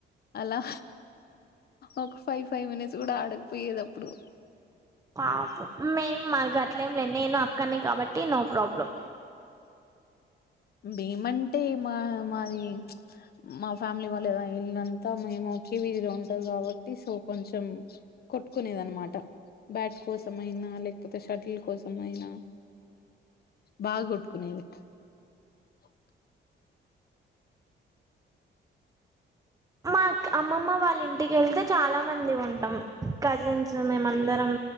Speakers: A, on the left; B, on the right.
A: అలా ఒక ఫైవ్ ఫైవ్ మినిట్స్ కూడా ఆడకపోయేది అప్పుడు.
B: పాపం మేము మా గట్లేంలే నేను అక్కనే కాబట్టి నో ప్రాబ్లం.
A: భేమ అంటే మా మాది మా ఫ్యామిలీ వాళ్ళ ఇల్ళంతా మేము ఒకే వీధిలో ఉంటది కాబట్టి సో కొంచెం కొట్టుకునేది అనమాట. బ్యాట్ కోసమయినా లేకపోతే షటిల్ కోసమయినా బాగా కొట్టుకునేది. ఓకే
B: మా అమ్మమ్మ వాళ్ళ ఇంటికి వెళ్తే చాలా మంది ఉంటాం, కజిన్స్ మేమందరం.